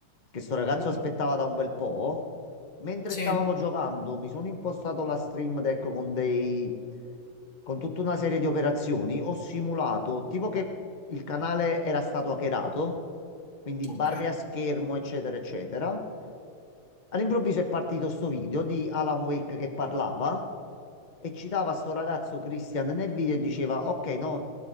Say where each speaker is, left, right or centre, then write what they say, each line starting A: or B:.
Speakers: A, on the left (about 75°); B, on the left (about 25°).
A: che sto ragazzo
B: mhm,
A: aspettava da un bel po'. Mentre
B: Sì,
A: stavamo giocando, mi sono impostato la Stream Deck con dei... con tutta una serie di operazioni. Ho simulato, tipo che il canale era stato hackerato, quindi barre
B: ok.
A: a schermo, eccetera, eccetera. All'improvviso è partito sto video di Alan Wake che parlava e citava sto ragazzo Christian nel video e diceva: Ok, no,